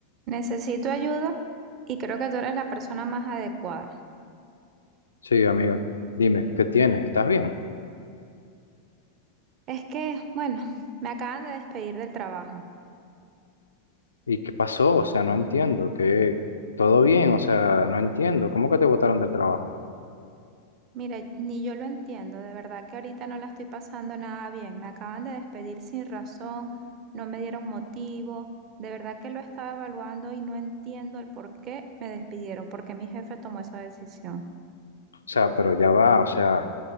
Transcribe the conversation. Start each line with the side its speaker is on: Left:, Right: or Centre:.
Right: Necesito ayuda y creo que tú eres la persona más adecuada.
Left: Sí, amigo, dime, ¿qué tienes? ¿Estás bien?
Right: Es que, bueno, me acaban de despedir del trabajo.
Left: ¿Y qué pasó? O sea, no entiendo, ¿Qué todo bien, o sea, no entiendo, ¿cómo que te botaron del trabajo?
Right: Mira, ni yo lo entiendo, de verdad que ahorita no la estoy pasando nada bien. Me acaban de despedir sin razón, no me dieron motivo. De verdad que lo estaba evaluando y no entiendo el por qué me despidieron, por qué mi jefe tomó esa decisión.
Left: O sea, pero ya va, o sea,